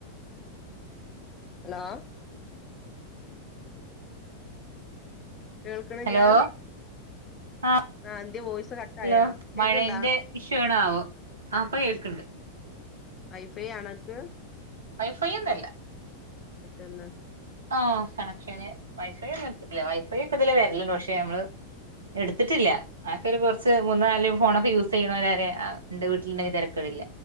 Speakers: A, on the left (about 25°); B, on the right (about 70°).
A: ണ്ടോ ഹലോ കേൾക്കണില്ലാ
B: ഹലോ ആഹ്
A: ആ എന്തേ വോയിസ് കട്ടായാ
B: ഹലോ
A: കേക്കണ്ടാ
B: മഴന്റെ ഇഷ്യു ണാവോ ആഹ് പ്പൊ കേൾക്ക്‌ണ്ട്
A: വൈഫൈ ആണോ അൻക്ക്‌
B: വൈഫൈ ഒന്നുല്ല
A: മറ്റന്ന
B: ആഹ് കണക്ഷന് വൈഫൈ ഒന്നും ഇട്ത്തിട്ടില്ല വൈഫൈ ഒക്കെ ഇതിലെ വെര്ല്ണ്ട് പക്ഷെ നമ്മള് എട്ത്ത്ട്ടില്ല അതൊക്കൊരു കൊർച്ച് മൂന്നാലും ഫോണൊക്കെ യൂസെയ്യ്ണോരാരെ ഇന്റെ വീട്ടില്ണ്ടെ തെരക്കേടില്ല